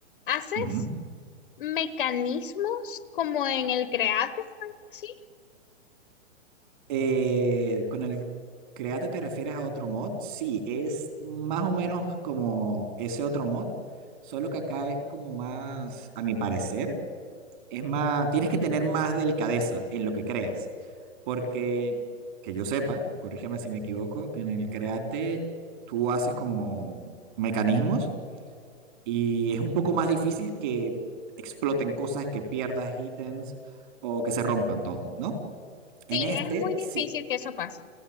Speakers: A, on the left (about 40°); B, on the right (about 40°).
A: ¿Haces
B: Uh -huh.
A: mecanismos como en el Create o algo así.
B: Eh, con el Create te refieres a otro mod. Sí, es más o menos como ese otro mod, solo que acá es como más, a mi parecer, es más, tienes que tener más delicadeza en lo que creas, porque que yo sepa, corrígeme si me equivoco, en el Create tú haces como mecanismos y es un poco más difícil que exploten cosas, que pierdas ítems o que se rompan todo, ¿no? En
A: Sí,
B: este,
A: es muy
B: sí,
A: difícil que eso pase.